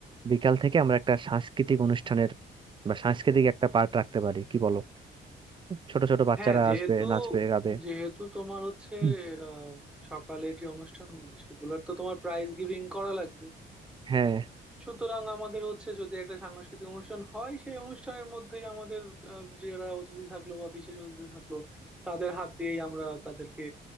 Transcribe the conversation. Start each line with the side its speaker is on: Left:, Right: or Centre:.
Right: বিকাল থেকে আমরা একটা সাংস্কৃতিক অনুষ্ঠানের বা সাংস্কৃতিক একটা পার্ট রাখতে পারি কি বলো ছোট ছোট বাচ্চারা
Centre: হ্যাঁ যেহেতু
Right: আসবে নাচবে গাবে
Centre: যেহেতু তোমার হচ্ছে
Right: হুম,
Centre: আহ, সকালের যে অনুষ্ঠানগুলো সেগুলোর তো তোমার প্রাইজ গিভিং করা লাগবে
Right: হ্যাঁ
Centre: সুতরাং আমাদের হচ্ছে যদি একটা সাংস্কৃতিক অনুষ্ঠান হয় সেই অনুষ্ঠানের মধ্যেই আমাদের আহ, যারা অতিথি থাকলো বা বিশেষ অতিথি থাকলো তাদের হাত দিয়েই আমরা তাদেরকে